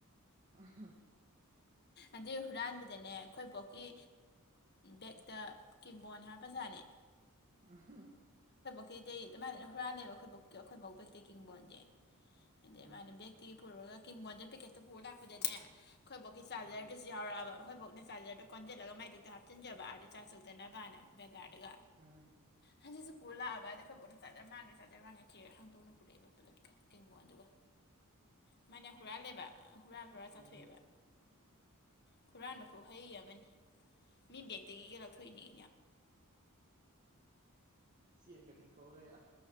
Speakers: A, on the right (about 35°); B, on the left (about 50°).
A: ꯑ
B: ꯑꯗꯨꯩ ꯍꯨꯔꯥꯟꯕꯗꯅꯦ ꯑꯩꯈꯣꯏ ꯕꯣꯛꯀꯤ ꯕꯦꯛꯇ ꯀꯕꯣꯟ ꯍꯥꯞꯄꯖꯥꯠꯅꯦ
A: ꯑ
B: ꯀꯩ ꯑꯗꯨꯃꯥꯏꯅ ꯑꯗꯨꯅ ꯍꯨꯔꯥꯜꯂꯦꯕ ꯑꯩꯈꯣꯏꯕꯧ ꯑꯩꯈꯣꯏꯐꯥꯎꯕ ꯇꯦꯛꯀꯤꯡꯕꯣꯟꯗꯤ ꯑꯗꯩ
A: ꯎꯝ
B: ꯃꯥꯅ ꯕꯦꯛꯇꯤꯒꯤ ꯄꯨꯔꯨꯔꯒꯣꯟꯗ ꯄꯤꯀꯦꯠꯇ ꯄꯨ ꯂꯥꯛꯄꯗꯅꯦ ꯑꯩꯣꯏꯕꯣꯛꯀꯤ ꯆꯥꯔꯖꯔꯗꯨꯁꯨ
A: ꯎꯝ
B: ꯌꯥꯎꯔꯑꯕꯈꯣꯏꯕꯣꯛꯅ ꯆꯥꯔꯗꯨꯣ ꯀꯣꯟꯁꯤꯜꯂꯒꯥꯏꯦꯛꯇ ꯍꯥꯞ ꯆꯤꯟꯖꯕ ꯑꯥꯗ ꯆꯥꯖꯣꯛꯗꯅꯕꯅ ꯕꯦꯖꯥꯗꯒ
A: ꯎꯝ
B: ꯍꯖꯤꯛꯁꯤ ꯄꯨꯔ ꯂꯑ ꯍꯥꯏ ꯑꯩꯈꯣꯏꯕꯅ ꯆꯥꯔ ꯃꯥꯡꯗꯦ ꯆꯥꯔ ꯃꯥꯡꯉꯦꯤꯔꯦ ꯍꯥꯡꯗꯅ ꯄꯨꯔꯛꯏꯕ ꯄꯨꯂꯞ ꯕꯣ ꯑꯗꯨꯒ ꯃꯥꯃꯅ ꯍꯨꯔꯥꯜꯂꯦꯕ ꯍꯨꯔꯥꯜ ꯍꯨꯔꯜ
A: ꯎꯝ
B: ꯆꯥꯊꯣꯛꯑꯦꯕ ꯈꯨꯨꯔꯅꯈꯣ ꯍꯩ ꯑꯃꯅꯤ ꯃꯤ ꯕꯦꯛꯇꯒꯤꯒ ꯂ ꯊꯣꯏꯅꯤ
A: ꯁꯤ ꯑꯦꯟꯒꯁꯤꯡ ꯊꯒ